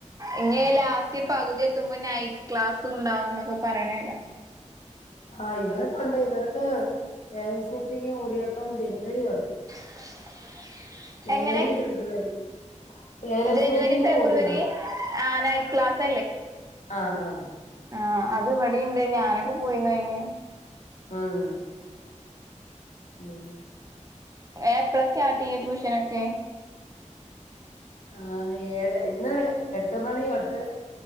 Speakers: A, on the right; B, on the left.
A: ഇനി ലാസ്റ്റ് പകുതി എത്തുമ്പോ നൈറ്റ് ക്ലാസ് ഉണ്ടാവുംന്നൊക്കെ പറണേക്കാ
B: ആ ഇവരൊക്കെണ്ട് ഇവർക്ക് പേരന്സ് മീറ്റിംഗ് കൂടിയപ്പം ജനുവരി തൊട്ട്
A: <unintelligible>
B: ജനുവരി
A: എങ്ങനെ
B: ഫെബ്രു. വരി പേരന്സ്
A: ജനുവരി
B: മീറ്റിംഗ്
A: ഫെബ്രുവരി
B: കൂടിയിരുന്നുകഓടിയായിരുന്നു
A: ആഹ് നൈറ്റ് ക്ലാസ്
B: ആഹ ആഹ
A: ആഹ അത് ഇവിടെണ്ട് ഞാനൊക്കെ പോയിന്നുഅന്
B: ആഹ ഉം
A: എപ്പളാസ്റ്റാർട്ട്ചെയ്യാട്യൂഷനൊക്കെ
B: ആ ഏഴ് ഇന്ന് എട്ട മണി തൊട്ട്